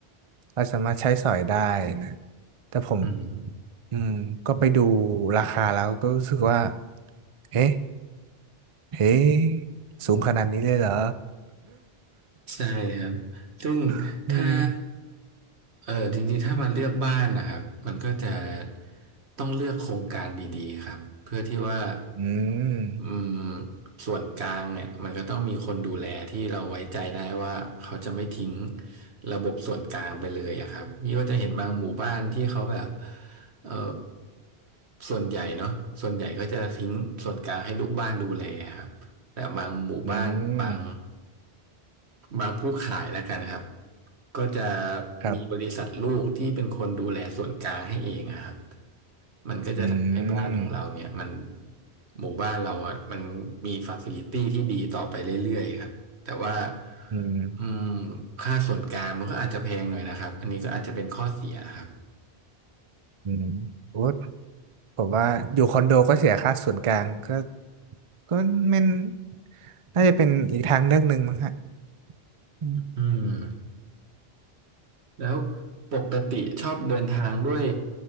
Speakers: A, on the right; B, on the right.
A: เราสามารถใช้สอยได้นะ แต่ผม
B: อืม
A: อืมก็ไปดูราคาแล้วก็รู้สึกว่าเอ๊ะเอ๊ะสูงขนาดนี้เลยเหรอ
B: ใช่ครับ ซึ่ง
A: <laughs> อืม
B: ถ้าเออจริงๆถ้ามาเลือกบ้านนะครับมันก็จะต้องเลือกโครงการดีๆครับ เพื่อที่ว่า
A: อืม
B: อืมส่วนกลางเนี่ยมันก็ต้องมีคนดูแลที่เราไว้ใจได้ว่าเขาจะไม่ทิ้งระบบส่วนกลางไปเลยอะครับนี่ก็จะเห็นบางหมู่บ้านที่เขาแบบเออส่วนใหญ่เนาะส่วนใหญ่ก็จะทิ้งส่วนกลางให้ลูกบ้านดูแลครับ แต่บางหมู่บ้านบาง
A: อืม
B: บางผู้ขายแล้วกันครับก็จะ
A: ครับ
B: มีบริษัทลูกที่เป็นคนดูแลส่วนกลางให้เองอะครับมันก็จะทำให้บ้านของเราเนี่ยมัน
A: อืม
B: หมู่บ้านเราอ่ะมันมีฟ a ซิลิตี้ที่ดีต่อไปเรื่อยๆครับแต่ว่า
A: อืม
B: อืมค่าส่วนกลางมันก็อาจจะแพงหน่อยนะครับอันนี้ก็อาจจะเป็นข้อเสียครับ
A: อืมโอ้ผมว่าอยู่คอนโดก็เสียค่าส่วนกลางก็ก็ไม่นน่าจะเป็นอีกทางเลือกหนึ่งมั้งฮะอืม
B: อืม แล้วปกติชอบเดินทางด้วย